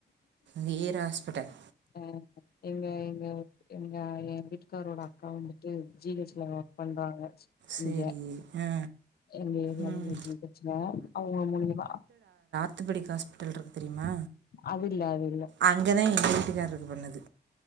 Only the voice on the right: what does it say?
வேற ஹாஸ்பிட்டல்
சரி
ஆ
ம்
த்தபடி ஹாஸ்பிட்டல் இருக்கு தெரி ய்ம்மா
அங்கதா எங்க வீட்டுகாரருக்கு பண்ணது